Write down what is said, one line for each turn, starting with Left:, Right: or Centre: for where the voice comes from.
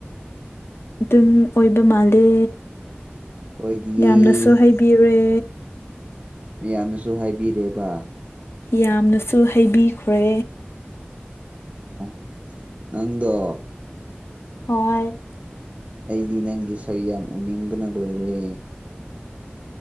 Left: ꯑꯗꯨꯝ ꯑꯣꯏꯕ ꯃꯥꯜꯂꯦ
Right: ꯑꯣꯏꯗꯤꯌꯦ
Left: ꯌꯥꯝꯅꯁꯨ ꯍꯩ ꯕꯤꯔꯦ
Right: ꯃꯤꯌꯥꯝꯅꯁꯨ ꯍꯥꯏꯕꯤꯔꯦꯕ
Left: ꯌꯥꯝꯅꯁꯨ ꯍꯩꯕꯤꯈ꯭ꯔꯦ
Right: ꯑꯣ ꯅꯪꯗꯣ
Left: ꯍꯣꯏ
Right: ꯑꯩꯗꯤ ꯅꯪꯒꯤ ꯁꯛ ꯌꯥꯝ ꯎꯅꯤꯡꯕꯅ ꯂꯣꯏꯔꯦ